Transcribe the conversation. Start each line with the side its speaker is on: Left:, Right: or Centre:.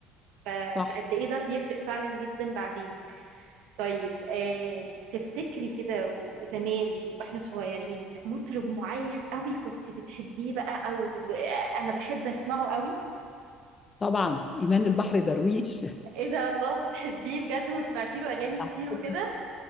Right: ف-
Left: صح
Right: فقد ايه ده بيفرق فعلا جدا بعدين طيب آه تفتكري كده زمان واحنا صغيرين مطرب معين قوي كنت بتحبيه بقى او آه، انا بحب اسمعه قوي
Left: طبعا ايمان البحر درويش
Right: ايه ده الله بتحبيه بجد وسمعتي له اغاني كتير
Left: <laughs>
Right: وكده